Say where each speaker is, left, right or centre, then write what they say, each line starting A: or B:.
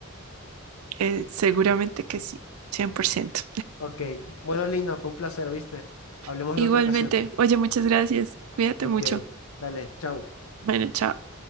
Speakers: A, on the right; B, on the left.
A: Eh, seguramente que sí, 100%.
B: Ok, bueno, Lina, fue un placer, ¿viste?
A: <laughs>
B: Hablemos
A: Igualmente,
B: en otra ocasión.
A: oye, muchas gracias. Cuídate
B: Ok,
A: mucho.
B: dale, chao.
A: Bueno, chao.